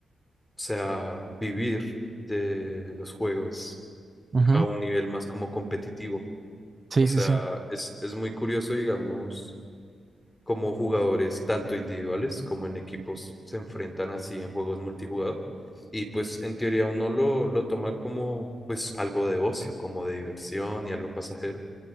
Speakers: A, on the left (about 15°); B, on the right (about 35°).
A: sea, vivir de los juegos
B: Ujú,
A: a un nivel más como competitivo.
B: Sí,
A: O sea,
B: sí, sí.
A: es, es muy curioso, digamos como jugadores, tanto individuales como en equipos, se enfrentan así en juegos multijugador. Y pues en teoría uno lo, lo toma como pues algo de ocio, como de diversión y algo pasajero.